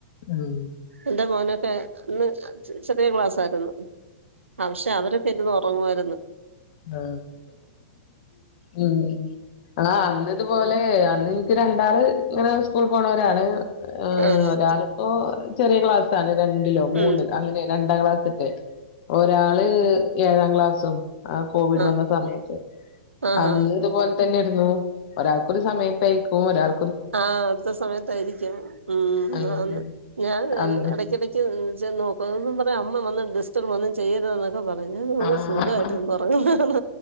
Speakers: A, on the left; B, on the right.
A: ഉം
B: എന്റെ മോനൊക്കെന്ന് ചെറിയ ക്ലാസ് ആയിരുന്നു പക്ഷെ അവരൊക്കെ ഇന്ന് ഉറങ്ങുവമായിരുന്നു
A: ആ ഉ ആ അ ന്നു ഇതുപോലെ എനിക്ക് രണ്ടാള് ഇങ്ങനെ സ്കൂൾ പോണവരാണ് ആ
B: ആഹ് ആഹ്
A: ഒരാളിപ്പോ ചെറിയ ക്ലാസിൽ രണ്ടിലോ മൂന്നോ
B: ഉം
A: അങ്ങനെ രണ്ടാം ക്ലാസ് ഒരാള് ഏഴാം ക്ലാസ്സും ആ കോവിഡ്
B: ആഹ്
A: വന്ന സമയത്ത്
B: ആഹ്
A: അന്ന്
B: ആഹ്
A: ഇതുപോലെ തന്നെ ഒരാൾക്കരു സമയത്തേക്കും ഒരാൾ
B: ആഹ അടുത്ത സമയത്തായിയിരിക്കും ഉ
A: ആഹ്
B: ആന്ന് ഞാൻ
A: അന്ന്
B: ഇടക്കിടക്ക് നോക്കുന്നന്ന് പറയാ അമ്മ വന്ന് ഡിസ്റ്റർബ് ഒന്നുചെയ്യരുത് ഒക്കെ പറയു ഇന്ന്സുഖായിട്ട്ന്ന്
A: ആഹ്
B: ഉറങ്ങുമണ